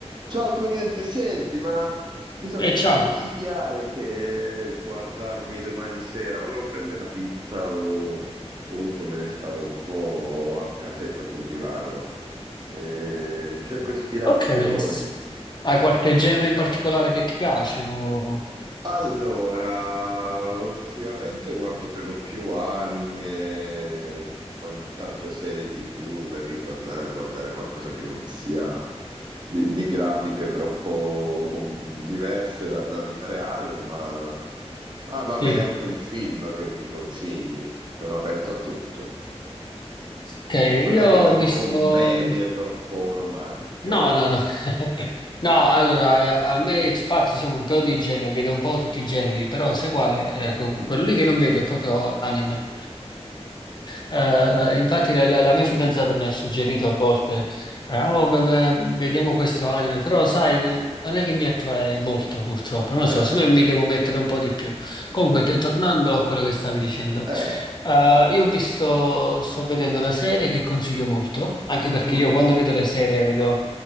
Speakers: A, on the right; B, on the left.
A: Ciao Clemente, senti, ma mi sapresti
B: E ciao,
A: consigliare che guardarmi domani sera? Volevo prendere una pizza o comunque me ne stavo un po' a casetta sul divano. Eh, cerco ispirazioni.
B: ok. Hai qualche genere in particolare che ti piace? o-
A: Allora, ultimamente guardo per lo più anime, ogni tanto serie TV per ritornare a guardare qualcosa che non sia di, di grafiche troppo com- diverse da, da vita reale, ma ah, va bene
B: Sì,
A: anche un film che mi consigli, sono aperto a tutto.
B: ok.
A: Magari
B: Io ho
A: non
B: visto...
A: commedie troppo romantiche,
B: No,
A: va.
B: no, no. <laughs> No, allora, a a me spazio siamo un po' di generi, vedo un po' tutti i generi, però sai quale? Ecco,
A: <laughs>
B: quello lì che non vedo è proprio anime. Eh, infatti la, la- la mia fidanzata mi ha suggerito a volte, eh, "Oh, beh, beh, vediamo questo anime, però sai, n- non è che mi attrae molto purtroppo,
A: No,
B: non lo so, siccome
A: eh.
B: mi devo mettere un po' di più. Comunque, te-
A: Mm.
B: tornando a quello che stavi dicendo,
A: Eh,
B: eh, io ho visto, sto vedendo una serie che consiglio molto, anche perché
A: mm.
B: io quando vedo le serie vedo...